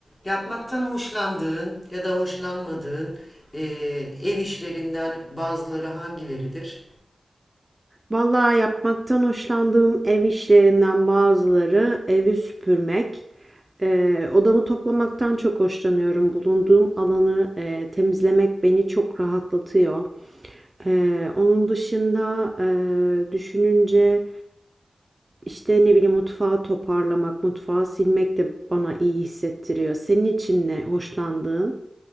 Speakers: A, on the left; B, on the right.
A: yapmaktan hoşlandığın ya da hoşlanmadığın e, ev işlerinden bazıları hangileridir?
B: Vallahi yapmaktan hoşlandığım ev işlerinden bazıları evi süpürmek, eee, odamı toplamaktan çok hoşlanıyorum. Bulunduğum alanı eee, temizlemek beni çok rahatlatıyor. Eee, onun dışında eee, düşününce işte ne bileyim mutfağı toparlamak, mutfağı silmek de bana iyi hissettiriyor. Senin için ne hoşlandığın?